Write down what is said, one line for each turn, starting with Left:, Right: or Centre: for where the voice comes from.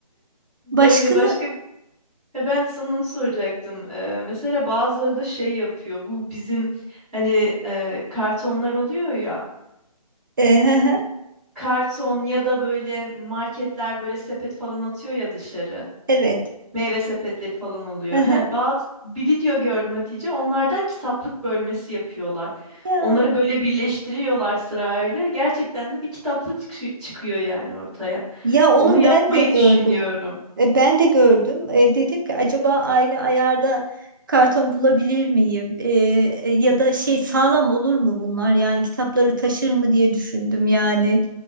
Right: Başka
Centre: Öyle başka Ya ben de sana onu soracaktım. Ee, mesela bazıları da şey yapıyor. Bu bizim hani e, kartonlar oluyor ya.
Right: Ehehe,
Centre: Karton ya da böyle marketler böyle sepet falan atıyor ya dışarı.
Right: evet.
Centre: Meyve sepetleri falan oluyor.
Right: Ehe,
Centre: Heh, bazı bir video gördüm Hatice. Onlardan kitaplık bölmesi yapıyorlar.
Right: Ya
Centre: Onları böyle birleştiriyorlar sırayla. Gerçekten de bir kitaplık çıkı- çıkıyor yani ortaya.
Right: ya onu
Centre: Onu yapmayı
Right: ben de gördüm.
Centre: düşünüyorum.
Right: E, ben de gördüm. E, dedim ki acaba aynı ayarda karton bulabilir miyim? E, e, ya da şey sağlam olur mu bunlar? Yani kitapları taşır mı diye düşündüm yani.